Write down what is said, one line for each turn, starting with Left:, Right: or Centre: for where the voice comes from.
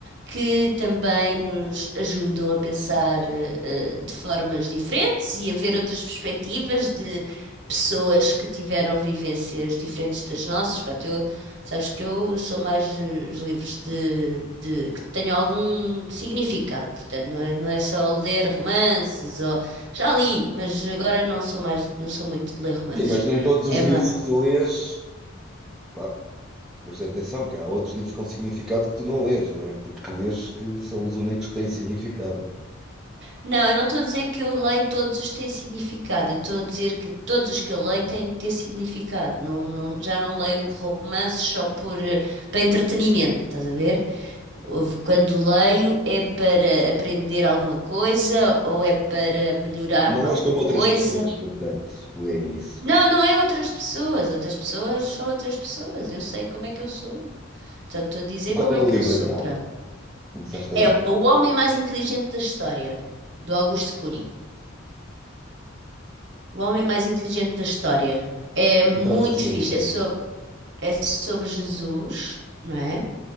Right: que também nos ajudam a pensar eh, eh, de formas diferentes e a ver outras perspectivas de pessoas que tiveram vivências diferentes das nossas. Pronto, eu, sabes que eu sou mais de- os livros de, de- que tenham algum significado, portanto, não é, não é só ler romances ou já li, mas agora não sou mais, não sou muito de ler romances.
Centre: Sim, mas nem todos
Right: É
Centre: os livros que tu lês. Claro. Mas atenção, que há outros livros com significado que tu não lês, não é? Porque tu lês que são os únicos que têm significado.
Right: Não, eu não estou a dizer que eu leio todos os que têm significado. Eu estou a dizer que todos os que eu leio têm de ter significado. Não, não- já não leio romances só por, eh, para entretenimento, estás a ver? Houve- Quando leio é para aprender alguma coisa ou é para melhorar
Centre: Não
Right: em alguma
Centre: és como outras
Right: coisa.
Centre: pessoas, portanto, que leem isso.
Right: Não, não é outras pessoas. Outras pessoas são outras pessoas. Eu sei como é que eu sou. Só estou a dizer
Centre: E qual
Right: como é
Centre: é o
Right: que
Centre: livro
Right: eu sou.
Centre: então?
Right: Pronto.
Centre: Começaste
Right: É
Centre: a ler.
Right: o homem mais inteligente da história, do Augusto Cury. O Homem Mais Inteligente da História. É muito
Centre: E trata sobre
Right: fixe.
Centre: o quê?
Right: É sobre, é sobre Jesus, não é?